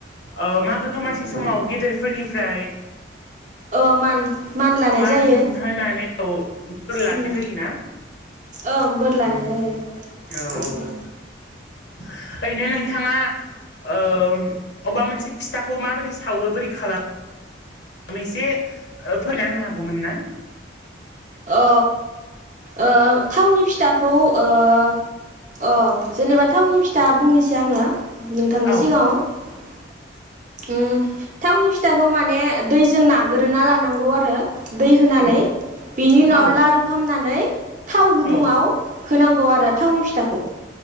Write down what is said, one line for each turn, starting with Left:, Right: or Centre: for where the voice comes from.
Left: ओ मागो दमासि समाव गेदेरफोरनिफ्राय
Right: अ मान लानाय
Left: मान
Right: जायो
Left: होनानै <unintelligible> बोर लानाय
Right: उम
Left: जायोना?
Right: ओं बोर लानाय
Left: उम
Right: जायो
Left: औ औ
Right: ओम
Left: ओरैनो नोंथाङा ओ अबबा मोनसे फिथाखौ माबोरै सावो बोरै खालाम मो एसे ओ फोरना होनो हागौमोन ना?
Right: औ। ओ थावनि फिथाखौ ओ अ जेनेबा थावनि फिथ था बुंनोसै आङो नोंथांनि
Left: औ
Right: सिगाङाव ओम थावनि फिथाखौ माने दैजों नागोरोना लानांगौ आरो दै होनानै।
Left: औ
Right: बिनि उनाव
Left: औ
Right: लारु खालामनानै थाव गुदुङाव
Left: औ अ
Right: होनांगौ आरो थावनि फिथाखौ।